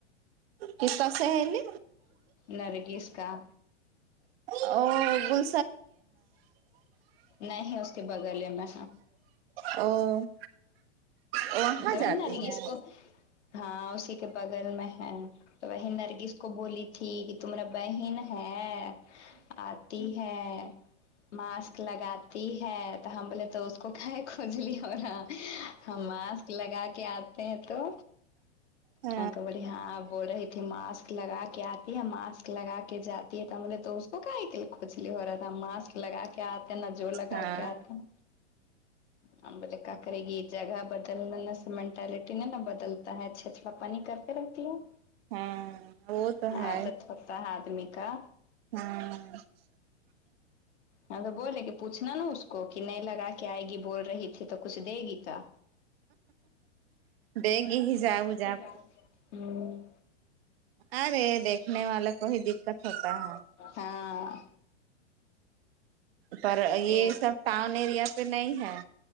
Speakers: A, on the right; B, on the left.
A: کس کا سہیلی
B: نرگس کا
A: اور گل
B: نہیں اس کے بغلے میں
A: او وہاں
B: تارن
A: جاتی
B: نرگس
A: ہے
B: کو ہاں اسی کے بغل میں ہے تو وہی نرگس کو بولی تھی کہ تمارا بہن ہے آتی ہے ماسک لگاتی ہے تو ہم بولے تو اس کو کھائے کھجلی اور ہاں ہم ماسک لگا کے آتے ہیں تو
A: ہاں
B: ہاں تو بڑھیا آپ بول رہی تھی ماسک لگا کے آتی ہے ماسک لگا کے جاتی ہے تو ہم بولے تو وہ کائے کے لیے کچھلی ہو رہا تھا ماسک لگا کے آتے نہ جور لگا
A: ہاں
B: کے آتے ہیں ہم بولے کا آ کرے گی یے جگہ بدلنی اس مینٹالٹی نے نا بدلتا ہے اچھے اچھے اپنا پانی کرتے رہتی ہوں
A: ہاں وہ تو ہے
B: اعادت ہوتا ہے آدمی کا
A: ہاں
B: ہاں تو بولے کی پوچھنا نا اس کو کی نہیں لگا کے آئے گی بول رہی تھی تو کچھ دے گی کا
A: دیگی ہی جاؤ جاؤ
B: ہمم
A: ارے دیکھنے والا کو ہی دقت ہوتا ہے
B: ہاں
A: پر یہ
B: اے
A: سب ٹاؤن ایریا پہ نہیں ہے